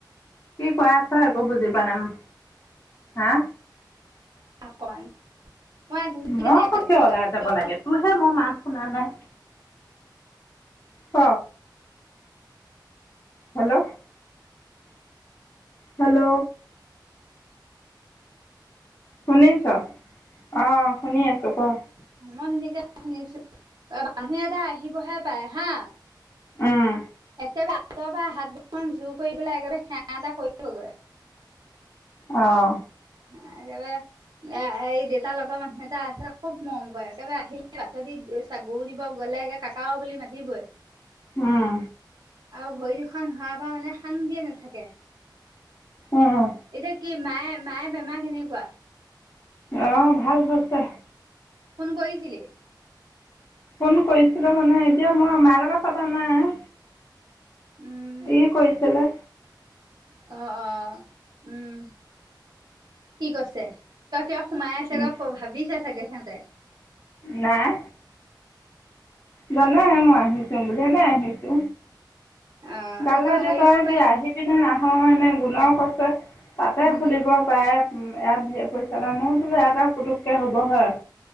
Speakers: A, on the left; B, on the right.
A: কি কোৱা? আকো বুজি পোৱা নাই হা।
B: <unintelligible> মই ধুনীয়াকে
A: মই অক কিয় ওলাই
B: নেটৱৰ্কত
A: যাব লাগে? তোৰহে মই মাত শুনা নাই। ক। হেল্ল'। হেল্ল'। শুনিছ' অঁ শুনি আছোঁ ক।
B: <unintelligible> শুনিছো অ <unintelligible> এটা আহিবহে পাই হা।
A: উম
B: একেবাৰে আঁতৰ পৰা হাত দুখন জোৰ কৰি পেলাই একেবাৰে সেৱা এটা কৰিবগৈ।
A: অঁ।
B: ে <inaudible> এ এই দেউতাৰ লগৰ মানুহ এটা আছে খুব মৰম কৰে একেবাৰে আহিলে ভাতৰি গৰু দিব গ'লে। কাকাও বুলি মাতিবই।
A: আহ।
B: আৰু ভৰি দুখ হোৱাৰ পৰা মানে শান্তিয়ে নাথাকে।
A: উম উও।
B: এতিয়া কি মায়ে মায়ে বেমাৰ কেনেকুৱা?
A: অঁ ভাল হৈছে।
B: ফোন কৰিছিলি?
A: ফোন কৰিছিলোঁ মানে এতিয়া মই মাই লগত পতা নাই।
B: উম
A: ই কৈছিলে।
B: অ, অ, উম, কি কৈছে, <unintelligible> সোমাই আছে <unintelligible>
A: উম,
B: ভাবিছে চাগে সিহঁতে।
A: নাই। জানাই মই আহিছো বুলি এনে আহিছো।
B: অ
A: কালৈ
B: আকৌ
A: এতিয়া
B: ভাবিব
A: তই কি
B: পাই
A: আহি পিনে নাহয় এনে গুণৰ কছে তাতে
B: উম
A: খুলিব পাৰে। উম', ইয়াতঢেৰ পৰিচা লয়। মোৰ বোলো এয়াটা পুটুককে হ'ব হয়।